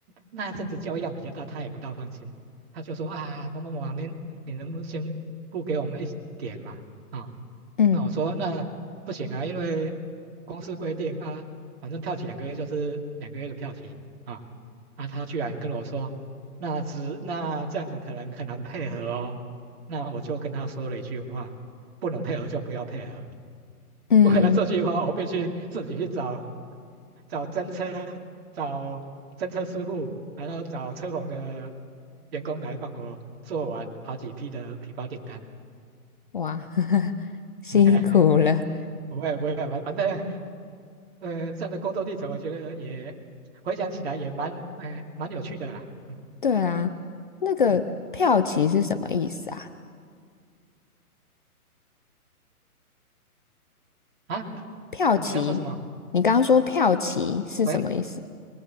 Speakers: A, on the right; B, on the left.
A: 那一阵子交易量比较大，他也不大放心，他就说啊，某某某啊，您你能不能先付给我们一点嘛？啊、
B: 嗯
A: 那我说那不行啊，因为公司规定啊，反正票期两个月就是两个月的票期啊啊，他居然跟我说那只那这样子可能很难配合哦，那我就跟他说了一句话，不能配合就不要配合
B: 嗯，
A: <laughs> 为了这句话，
B: 嗯
A: 我必须自己去找找真车、找真车师傅，然后找车棚的员工来帮我做完好几批的皮包订单。
B: 哇，<laughs> 辛苦了。
A: <laughs> 不会不会，反反正呃，这样的工作历程，我觉得也回想起来也蛮呃蛮有趣的啦。嗯
B: 对啊，那个票期是什么意思啊？
A: 嗯啊，
B: 票期，
A: 你刚说什么？
B: 你刚刚说票期是什么意思？
A: 喂